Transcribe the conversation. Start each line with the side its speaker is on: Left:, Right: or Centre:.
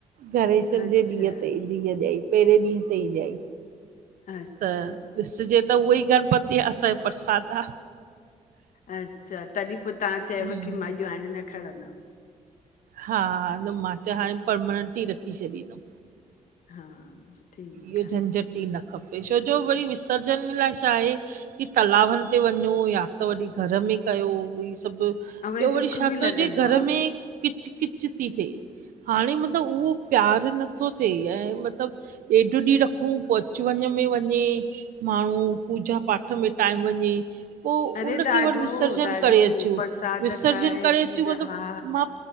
Right: गणेशनि
Left: अच्छा
Right: जे ॾींहुं ते ही धीअ ॼाई पहिरें ॾींहुं ते ही ॼाई
Left: अच्छा
Right: त ॾिसजे त उहोई गणपति असांजो प्रसाद आ।
Left: अच्छा तॾहिं पो तव्हां चयव
Right: हम्म,
Left: की मां इहो हाणे न खणंदमि?
Right: हा न मां च्यो त हाणे परमनेंट ई रखी छॾींदमि।
Left: हा ठीकु
Right: इहो झंझटि
Left: आहे न
Right: ही न खपे छो जो वरी विसर्जन लाइ छा आहे की तलाउनि ते वञो या त वरी घर में कयो इहे सभ ॿियो
Left: ऐं
Right: वरी
Left: ॾुख
Right: छा
Left: बि
Right: थो
Left: लॻंदो
Right: हुजे घर
Left: आहे
Right: में किच किच थी थिए। हाणे मतिलबु उहो प्यारु नथो थिए ऐं मतिलब ॾेढु ॾींहुं रखूं पो अचु वञ में वञे माण्हू पूजा पाठ में टाइम वञे पो
Left: अरे
Right: उनखे
Left: ॾाढो
Right: वरी विसर्जन
Left: ॾाढो
Right: करे अचूं।
Left: परसाद
Right: विसर्जन
Left: ठाहे
Right: करे
Left: पूजा
Right: अचूं मतिलब
Left: हा
Right: मां